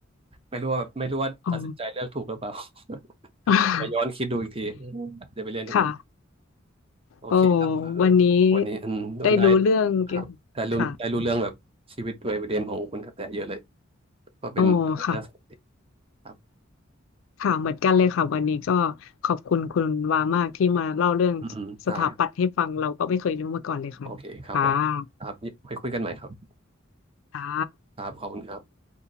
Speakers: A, on the right; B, on the left.
A: ไม่รู้ว่าแบบไม่รู้ว่าตัดสินใจเลือกถูกหรือเปล่า
B: อ๋อ <laughs>
A: <laughs> มาย้อนคิดดูอีกทีอืมอาจจะไปเรียนอย่างอื่น
B: ค่ะ
A: โอเคครับเออ
B: โอ้วันนี้
A: วันนี้อืมได้
B: ได้รู้เรื่องเกี่ยวค่ะ
A: ครับได้รู้ได้รู้เรื่องแบบชีวิตวัยเรียนของคุณกระแตเยอะเลยก็เป็นเรื่องน่าสนใจ
B: โอ้ค่ะ
A: ครับ
B: ค่ะเหมือนกันเลยค่ะวันนี้ก็ขอบคุณคุณวามากที่มาเล่าเรื่อง
A: อืมอืมได้ครับ
B: สถาปัตย์ให้ฟังเราก็ไม่เคยรู้มาก่อนเลยค่ะค่ะ
A: โอเคครับผมครับไว้คุยกันใหม่ครับ
B: ค่ะ
A: ครับขอบคุณครับ